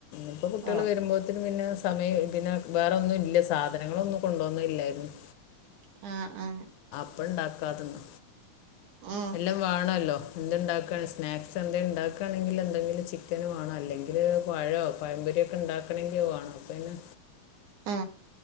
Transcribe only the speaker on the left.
ഇപ്പോ കുട്ട്യൾ
വരുമ്പോത്ത്ന് പിന്നെ സമയം പിന്നെ ബേറൊന്നും ഇല്ല സാധനങ്ങളൊന്നും കൊണ്ടോന്നെല്ലായ്രുന്നു
അപ്പണ്ടാക്കാതന്ന
എല്ലം വാണല്ലോ എന്ത്ണ്ടാക്കാണെ സ്നാക്സ് എന്തേംണ്ടാക്കാണെങ്കില് എന്തെങ്കിലും ചിക്കന് വാണം അല്ലെങ്കില് പഴോ പഴം പാെര്യാെക്കെണ്ടാക്കണെങ്കി അത് വാണം അപ്പൊ പിന്നെ